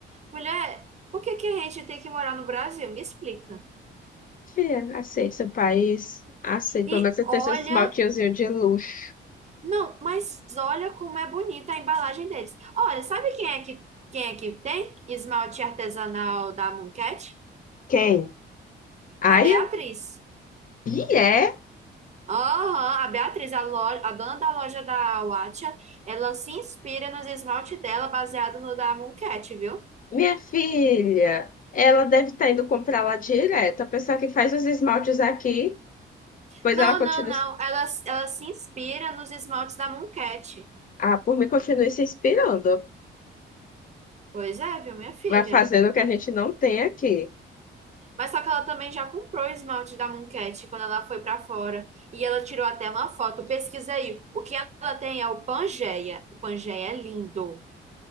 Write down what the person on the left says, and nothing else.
Fia, aceita seu país. Aceita.
Pelo menos você
tem seus esmaltinhos de luxo.
Quem? Aia?
E é.
Minha filha, ela deve estar indo comprar lá direto. A pessoa que faz os esmaltes aqui, pois
ela continua,
ah, por mim, continua se inspirando.
Vai fazendo o que a gente não tem aqui.